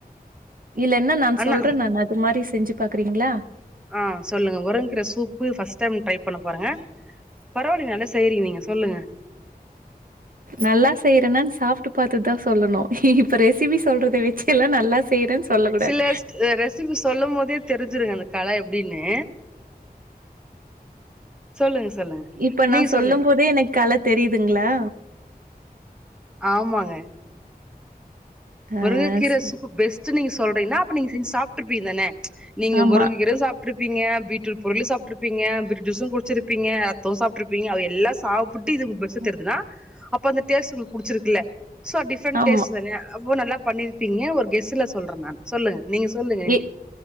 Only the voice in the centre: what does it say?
ஆனா
ஆ சொல்லுங்க முருங்க்கீர சூப்பு ஃபர்ஸ்ட் டைம் ட்ரை பண்ண போறே பரவால்ல நீங்க நல்லா செய்றீங்க நீங்க சொல்லுங்க
சில ரெசிபி சொல்லும்போதே தெரிஞ்சிருங்க அந்த கல எப்டின்னு சொல்லுங்க சொல்லுங்க
நீங்க
சொல்லுங்க
ஆமாங்க
முருங்கக்கீர
சூப்பு பெஸ்ட்டு நீங்க சொல்றீங்ன்னா அப்ப நீங்க செஞ்சு சாப்ட்ருப்பீங்க தான நீங்க
முருங்கக்கீர சாப் ட்ருப்பீங்க பீட்ரூட் பொர்லு சாப்ட்ருப்பீங்க பீட்ரூஜூஸு குடிச்சிருப்பீங்க ரத்தோ சாப்ட்ருப்பீங்க அது எல்லா சாப் புட்டு இது உங் பெஸ்ட் டா
தெர்துனா அப்ப அந்த டேஸ்ட் ஒங்ளுக்கு புடிச்சிருக்குல ஸோ டிப்ரெண்ட்
டேஸ்ட்டு தான அப்போ நல்லா பண்ணிருப்பீங்க ஒரு கெஸ்ஸுல சொல்றன் நானு சொல்லுங்க நீங்க சொல்லுங்க